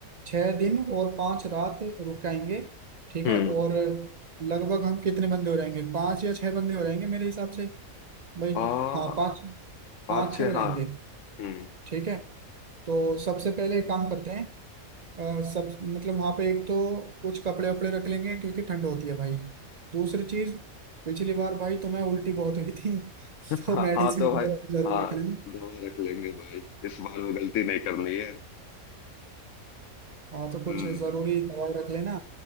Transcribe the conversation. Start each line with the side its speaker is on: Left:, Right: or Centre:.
Right: छह दिन और पांच रात रुक के आएंगे ठीक
Left: हम्म
Right: है और लगभग हम कितने बंदे हो जाएंगे पांच या छह बंदे हो जाएंगे मेरे हिसाब से भाई
Left: आ
Right: हाँ पाँच
Left: पाँच
Right: पाँच
Left: छः
Right: छः हो जाएंगे
Left: हाँ हम्म
Right: ठीक है तो सबसे पहले एक काम करते हैं अ, सब मतलब वहां पे एक तो कुछ कपड़े वपड़े रख लेंगे क्योंकि ठंड होती है भाई दूसरी चीज पिछली बार भाई तुम्हें उल्टी बहुत हुई थी <laughs> तो
Left: हाँ
Right: मेडिसिन
Left: हाँ तो
Right: वगैरह
Left: भाई
Right: जरूर
Left: हाँ
Right: रख लेनी
Left: दवा रख लेंगे भाई इस बार वो गलती नहीं करनी है
Right: हाँ तो कुछ
Left: हम्म
Right: जरूरी दवाई रख लेना